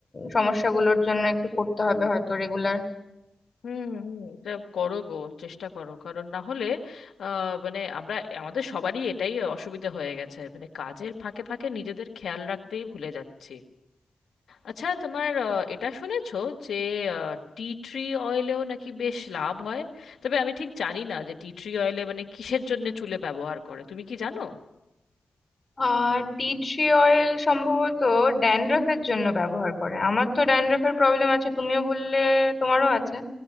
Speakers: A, on the left; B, on the left.
A: সমস্যাগুলোর জন্য একটু করতে হবে হয়তো রেগুলার
B: হুম হুম এটা করো গো চেষ্টা করো কারণ না হলে আহ, মানে আমরা আমাদের সবারই এটাই অসুবিধা হয়ে গেছে মানে কাজের ফাঁকে ফাঁকে নিজেদের খেয়াল রাখতেই ভুলে যাচ্ছি আচ্ছা তোমার আহ, এটা শুনেছো যে টি ট্রি অয়েলেও নাকি বেশ লাভ হয় তবে আমি ঠিক জানি না যে টি ট্রি অয়েলে মানে কিসের জন্য চুলে ব্যবহার করে তুমি কি জানো
A: আহ টি ট্রি অয়েল সম্ভবত ড্যান্ড্রফের জন্য ব্যবহার করে আমার তো ড্যান্ড্রফের প্রবলেম আছে তুমিও বললে তোমারও আছে